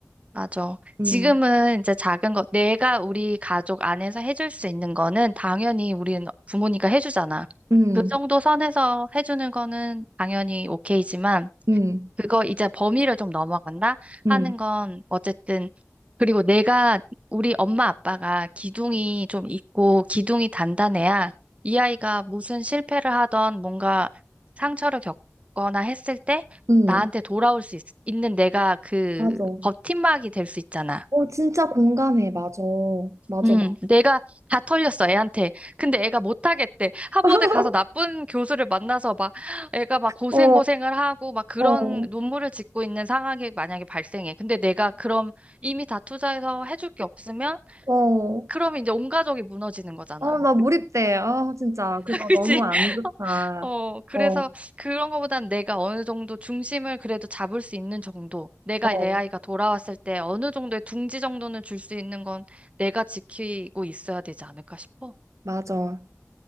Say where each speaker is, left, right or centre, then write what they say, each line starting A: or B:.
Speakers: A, on the right; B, on the right.
A: 맞아.
B: 음,
A: 지금은 이제 작은 것, 내가 우리 가족 안에서 해줄 수 있는 거는 당연히 우리는 부모니까 해주잖아.
B: 음,
A: 그 정도 선에서 해주는 거는 당연히 오케이지만,
B: 음,
A: 그거 이제 범위를 좀 넘어간다
B: 음,
A: 하는 건 어쨌든 그리고 내가 우리 엄마 아빠가 기둥이 좀 있고 기둥이 단단해야 이 아이가 무슨 실패를 하던 뭔가 상처를 겪거나 했을 때
B: 음,
A: 나한테 돌아올 수 있, 는 내가 그
B: 맞아.
A: 버팀막이 될 수 있잖아.
B: 어, 진짜 공감해. 맞아, 맞아,
A: 음,
B: 맞아.
A: 내가 다 털렸어, 애한테. 근데 애가 못하겠대. 하버드
B: <laughs>
A: 가서 나쁜 교수를 만나서 막, 애가 막 고생고생을
B: 어,
A: 하고, 막 그런
B: 어, 어,
A: 눈물을 짓고 있는 상황이 만약에 발생해. 근데 내가 그럼 이미 다 투자해서 해줄 게 없으면,
B: 어,
A: 그럼 이제 온 가족이 무너지는 거잖아.
B: 어, 나 몰입돼.
A: <laughs>
B: 아, 진짜 그거
A: 그치?
B: 너무 안 좋다.
A: 어, 그래서
B: 어,
A: 그런 거보단 내가 어느 정도 중심을 그래도 잡을 수 있는 정도. 내가
B: 어,
A: 내 아이가 돌아왔을 때 어느 정도의 둥지 정도는 줄 수 있는 건 내가 지키고 있어야 되지 않을까 싶어.
B: 맞아.